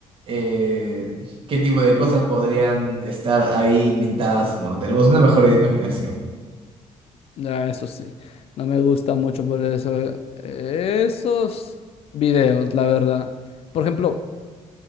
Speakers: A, on the right; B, on the left.
A: eh, qué tipo de cosas podrían estar ahí inventadas o no. Tenemos una
B: <laughs>
A: mejor imaginación.
B: Ya, eso sí, no me gusta mucho por eso, eh, esos videos, la verdad. Por ejemplo,